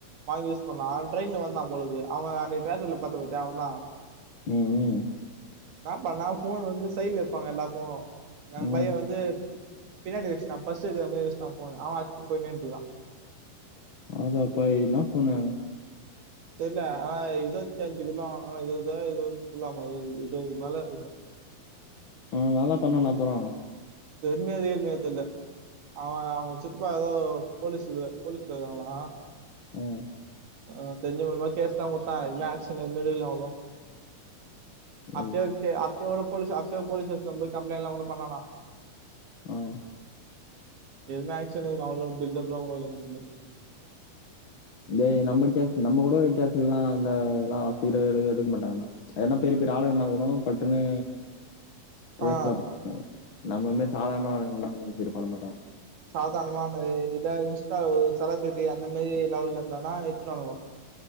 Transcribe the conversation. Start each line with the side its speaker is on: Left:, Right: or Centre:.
Right: வாங்கி யூஸ் பண்ணா ட்ரெயின்ல வந்தா பொழுது அவ அந்த டிராக்ல பாத்த பத்தியா அவ தா
Left: ம் ம்
Right: அப்ப நா போன் வந்து சைட்ல வைப்பாங்க எல்லா போனும் நா
Left: ம்.
Right: பைய வந்து பின்னடி வச்சிடா பர்ஸ் வக்கிற மாதிரி வச்சுடா போன அவ அத்து போயின்ட்டே இருந்துடா
Left: ஆமா இப்ப என்ன போன்னு
Right: தெரில ஆனா இருபத்தி அஞ்சு குள்ள வாங்குன்னா ஏதுதான் ஏதாவது குள்ளாம ஏதாவது இருபது மேல இருக்கும்
Left: ஆ என்னதா பண்ணுன்னா அப்பற
Right: ரெட்மியா ரியல்மியான்னு தெர்ல அவ அவங்க சித்தப்பா ஏதோ போலீஸ்ல போலீஸ்ல இருங்கலா
Left: ம்
Right: அ தெரிஞ்சங்க முலியம்மா கேஸ் தா கொடுத்தா இ ஆக்ஷ்ன்னு எதுமே எடுக்கல அவங்களு அப்ப
Left: ஓ!
Right: அப்பயே போலீஸ் அப்பயோ போலீஸ் போ் கம்ப்ளைண்ட் எல்லா கூட பண்ணனா
Left: ம்
Right: எதுமே ஆக்ஷன் எடுக்கல்ல <unintelligible> பில்டப் எல்லாம் குடுக்கல எதுமே
Left: டேய் நம்ம கேஸ் நம்ம குடுக்குற கேசுக்கல்லா அந்த எல்லா அவ்ளோ சீக்கிரல்லா எடுக்க மாட்டாங்கடா என்னா பெரிய பேர் பெரிய ஆளுங்க ஆளுங்க இருந்தா கூட பட்டுன்னு கேசலா
Right: ஆ
Left: பண்ண நம்மல்ல மாதிரி சாதாரண ஆளுள்ளா இது பண்ண மாட்டாங்க
Right: சாதாரணமான இல்ல இன்ஸ்டா உள்ள செலபிரிட்டி அந்த மாதிரி லெவல்ல இருந்தானா எடுத்துட்டு வானுவங்க